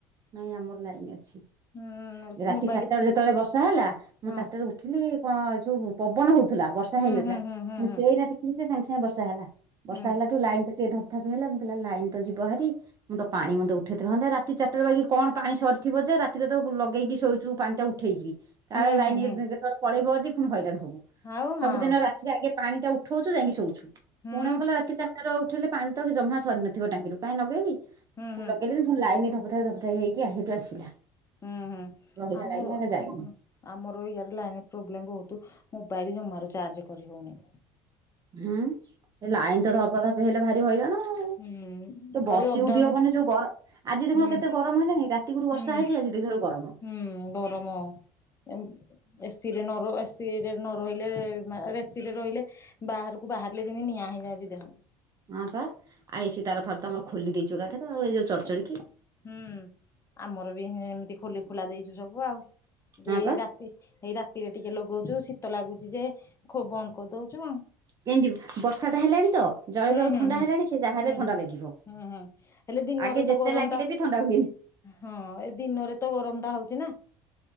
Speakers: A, on the right (about 40°); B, on the left (about 30°).
A: ନାଇଁ ଆମର ଲାଇନ ଅଛି।
B: ହୁଁ।
A: ରାତି
B: ମୋବାଇଲ
A: ଚାରିଟା ବେଳେ ଯେତେବେଳେ ବର୍ଷା ହେଲା ମୁଁ
B: ହଁ
A: ଚାରିଟାରେ ଉଠିଲି କଣ ଯଉ ପବନ ହଉଥିଲା ବର୍ଷା
B: ହୁଁ
A: ହେଇନଥିଲା
B: ହୁଁ ହୁଁ ହୁଁ ହୁଁ
A: ସେଇନା ଦେଖିଲି ଯେ ସାଙ୍ଗେ ସାଙ୍ଗେ ବର୍ଷା ହେଲା। ବର୍ଷା
B: ହୁଁ
A: ହେଲାଠୁ ଲାଇନ ଟା ଟିକେ ଧପ ଧପ ହେଲା ମୁଁ କହିଲି ଲାଇନ ତ ଯିବ ହାରି ମୁଁ ତ ପାଣି ମୁନ୍ଦେ ଉଠେଇଥାନ୍ତା ରାତି ଚାରିଟା ବାକି କଣ ପାଣି ସରିଥିବ ଯେ ରାତିରେ ତ ପ ଲଗେଇକି ଶୋଉଛୁ ପାଣି ଟା ଉଠେଇକିରି କାଳେ
B: ହୁଁ
A: ଲାଇନ
B: ହୁଁ ହୁଁ
A: ଯେତେବେଳେ ପଳେଇବଦି ପୁଣି ହଇରାଣ ହବୁ।
B: ଆଉ ହଁ
A: ସବୁଦିନ ରାତିରେ ଆଗେ ପାଣିଟା ଉଠୋଉଚୁ ଯାଇଁକି ଶୋଉଛୁ
B: ହୁଁ
A: ପୁଣି
B: ହୁଁ
A: ଆମୁକୁ କାଲି ରାତି ଚା ଟାରୁ ଉଠେଇଲେ ପାଣି ତ ବି ଜମା ସରିନଥିବ ଟାଙ୍କିରୁ କାଇଁ ନଗେଇବି
B: ହୁଁ
A: କୁ
B: ହୁଁ
A: ଲଗେଇଲେ ବି ମୁଁ ଲାଇନ ଧପଧପ ଧପଧପ ହେଇକି ଆ ହେଠୁ ଆସିଲା।
B: ହୁଁ ହୁଁ
A: ରହିଲା
B: ଆମର
A: ଲାଇନ ଆଗ ଯାଇନି
B: ଆ ହ ଆମର ଇଆଡେ ଲାଇନ ପ୍ରୋବ୍ଲେମ ବୋହୁତ ମୋବାଇଲ ଜମାରୁ ଚାର୍ଜ କରି ହୋଉନି।
A: ହୁଁ ସେ ଲାଇନ ତ ଧପ ଧପ ହେଲେ ଭାରି ହଇରାଣ। ଆଉ ଯୋଉ
B: ହୁଁ ଖାଲି
A: ବସି
B: ଅପଡାଉନ
A: ଉଠି ହବନି ଯୋଉ ଗର ଆଜି ଦେଖୁନ
B: ହୁଁ
A: କେତେ ଗରମ ହେଲାଣି ରାତିକୁରୁ ବର୍ଷା
B: ହୁଁ
A: ହେଇଚି ଆଜି ଦେଖିଲା ବେଳକୁ ଗରମ।
B: ହୁଁ ଗରମ। ଏମ୍ ଏ ସିି ରେ ନ ରୁହ ଏ ସି ରେ ନ ରହିଲେ ମା ବେଶ୍ ଏସିରେ ରହିଲେ ବାହାରକୁ ବାହାରିଲେ ବି ନି ନିଆଁ ହେଇଯାଉଚି ଦେହ।
A: ହଁ ପା ଆଉ ଏସି ତାର ଫାର ତ ଆମର ଖୋଲି ଦେଇଚୁ ଏକାଥରେ ଆଉ ଏଇ ଯୋଉ ଚଡ଼ଚଡି କି।
B: ହୁଁ ଆମର ବି ହେମତି ଖୋଲି ଖୋଲା ଦେଇଚୁ ସବୁ ଆଉ ଦେଇ
A: ହଁ ପା
B: ରା ଇ ହେଇ ରାତିରେ ଟିକେ ଲଗୋଉଚୁ ଶୀତ ଲାଗୁଚି ଯେ ଖୁ ବନ୍ଦ କରଦୋଉଚୁ ଆଉ।
A: କେମତି ବର୍ଷାଟା ହେଲାଣି ତ ଜଳବାୟୁ
B: ହୁଁ ହୁଁ
A: ଥଣ୍ଡା
B: ହୁଁ
A: ହେଲାଣି ସିଏ ଯାହା ହେଲେ
B: ହୁଁ
A: ଥଣ୍ଡା
B: ହୁଁ
A: ଲାଗିବ।
B: ହୁଁ ହୁଁ ହେଲେ ଦିନରେ
A: ଆଗେ ଯେତେ
B: ତ ଗରମ
A: ଲାଗିଲେ
B: ଟା
A: ବି ଥଣ୍ଡା ହୁଏନି।
B: ହଁ ଏ ଦିନରେ ତ ଗରମ ଟା ହୋଉଚି ନା।